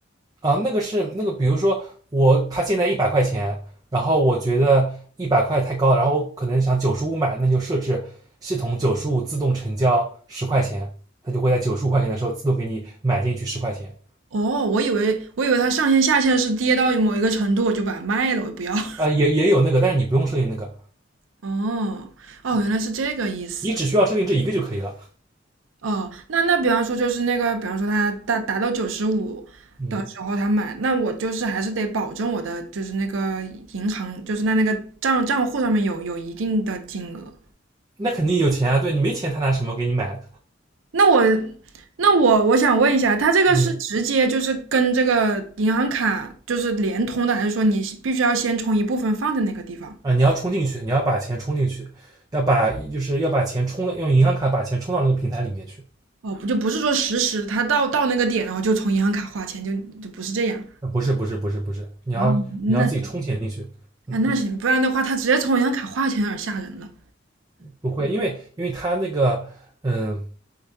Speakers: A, on the right; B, on the right.
A: 啊？那个是那个，比如说我他现在一百块钱，然后我觉得一百块太高，然后我可能想九十五买，那就设置系统九十五自动成交十块钱，它就会在九十五块钱的时候自动给你买进去十块钱。
B: 哦，我以为我以为它上限下限是跌到某一个程度我就把它卖了，我不要。<laughs>
A: 啊、呃也也有那个，但是你不用设定那个，
B: 哦，哦，原来是这个意思。
A: 你只需要设定这一个就可以了。
B: 哦，那那比方说就是那个，比方说他达达到九十五的时候他买，
A: 嗯，
B: 那我就是还是得保证我的就是那个银行，就是在那个账账户上面有有一定的金额。
A: 那肯定有钱啊，对你没钱他拿什么给你买？
B: 那我那我我想问一下，他这个是直接就是跟这个银行卡就是联通的，
A: 嗯
B: 还是说你必须要先充一部分放在那个地方？
A: 啊，你要充进去，你要把钱充进去，要把就是要把钱充到用银行卡把钱充到那个平台里面去。
B: 哦，不就不是说实时，他到到那个点然后就从银行卡花钱，就就不是这样。
A: 啊，不是不是不是不是，你要你要自己充钱进去。
B: 啊，那
A: 嗯，
B: 哎，那行，不然的话，他直接从银行卡划钱有点吓人了。
A: 不会，因为因为他那个嗯，